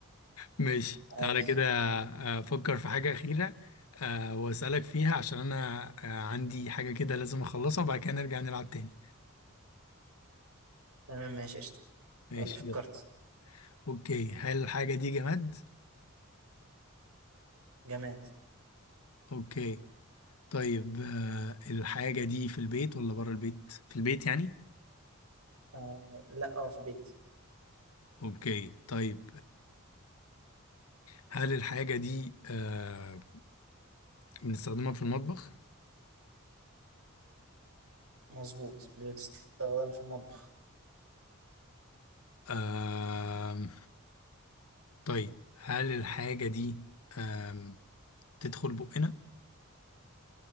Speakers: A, on the left; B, on the right.
A: ماشي
B: عايز
A: تعالى كده آه، افكر في حاجة أخيرة آه، واسألك فيها عشان انا آه، عندي حاجة كده لازم اخلصها وبعد كده نرجع نلعب تاني
B: تمام ماشي قشطة
A: ماشي
B: يلا فكرت
A: يلا اوكي هل الحاجة دي جماد
B: جماد
A: اوكي طيب آه، الحاجة دي في البيت ولا بره البيت في البيت يعني
B: آه لا اه في بيت
A: اوكي طيب هل الحاجة دي آه بنستخدمها في المطبخ؟
B: مظبوط بتستخدم في المطبخ
A: آه طيب هل الحاجة دي آه تدخل بقنا؟